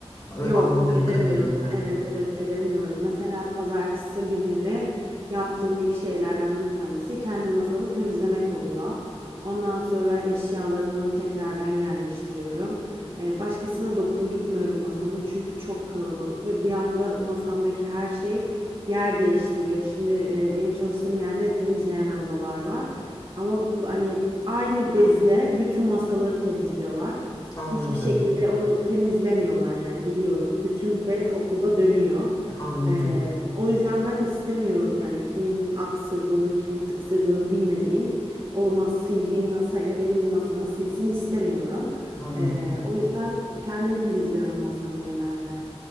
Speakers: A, on the left (about 35°); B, on the right (about 50°).
A: Ö-
B: Yok
A: Anladığım
B: edemiyorum.
A: kadarıyla.
B: Evet evet edemiyorum. Mesela pazartesi günleri yaptığım ilk şeylerden bir tanesi kendi masamı temizlemek oluyor. Ondan sonra eşyalarımı tekrardan yerleştiriyorum. Ee, başkasına dokundurtmuyorum masamı çünkü çok kalabalık ve bir anda masamdaki her şey yer değiştiriyor. Şimdi e, benim çalıştığım yerde de temizleyen ablalar var. Ama hani aynı bezle bütün masaları temizliyorlar.
A: Anladım.
B: Hiçbir şekilde onu temizlemiyorlar yani biliyorum. Bütün bez okulda dönüyor.
A: Anladım.
B: Ee, o yüzden ben istemiyorum yani kimin aksırdığını, kimin tıksırdığını bilmediğim o mas sildiği masayla benim masamı silsin istemiyorum.
A: Anladım.
B: Ee, o yüzden kendim temizliyorum masamı genelde.